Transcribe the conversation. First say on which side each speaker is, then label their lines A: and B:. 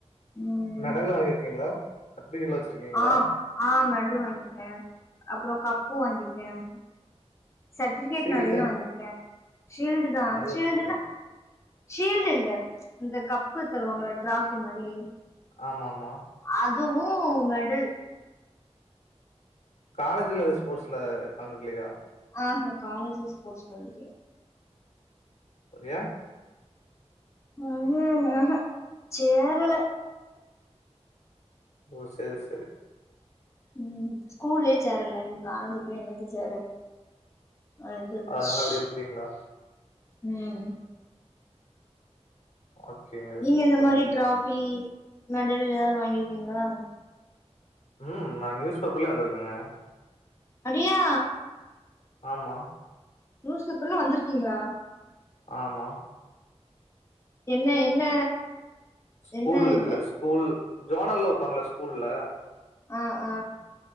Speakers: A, on the left; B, on the left.
A: ம்
B: மெடல் வாங்கிருக்கீங்களா சர்டிபிகேட்லா வச்சிருக்கீங்களா
A: ஆ ஆ மெடல் வாங்கிருக்கேன் அப்புறம் கப்பு வாங்கிருக்கேன் சர்ட்டிபிகேட்
B: ஷீல்டு
A: நிறைய வங்கிருக்கேன் ஷீல்டு தான்
B: நெறைய
A: ஷீல்டுல
B: வச்சிருக்கே
A: ஷீல்டு இல்ல இந்த கப்பு தருவாங்களா டிராஃபி மாதிரி
B: ஆமா ஆமா
A: அதுவு மெடல்
B: காலேஜ்ல ஸ்போர்ட்ஸ்ல கலந்துக்கலையா
A: ஆஹா காலேஜ் ல ஸ்போர்ட்ஸ் கலந்துக்கல
B: ஏன்
A: உண்மையாங்க சேரல
B: ஓ சேரி சேரி
A: ம் ஸ்கூல்லயே சேரல அங்க காலேஜ்ல போய் என்னத்த சேர அப்டின்ட்டு விட்டாச்சு
B: அதனால அப்டியே விட்டீங்களா
A: ம்
B: ஓகேங்க
A: நீங்க
B: சூப்பருங்க
A: இந்த மாரி டிராஃபி மெடல் ஏதாவது வாங்கிருக்கீங்களா
B: ம் நா நியூஸ் பேப்பர்லயே வந்திருக்கேங்க
A: அப்டியா
B: ஆமா
A: நியூஸ் பேப்பர்ல வந்துருக்கீங்களா
B: ஆமா
A: என்ன என்ன
B: ஸ்கூல்
A: என்ன
B: இதுல
A: இது
B: ஸ்கூல் ஜோனல் வப்பாங்கள்ல ஸ்கூல்ல
A: ஆ ஆ